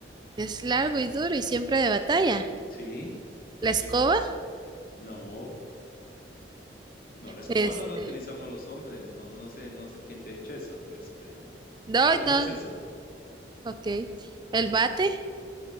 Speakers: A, on the right; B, on the left.
A: es largo y duro y siempre de batalla.
B: ¿Sí?
A: La escoba,
B: ¿Qué piensas? No, no, la escoba
A: este,
B: no la utilizamos los hombres. No, no sé, no sé quién te ha dicho eso, pues, pero,
A: no,
B: pero no
A: no,
B: es eso.
A: ok. El bate,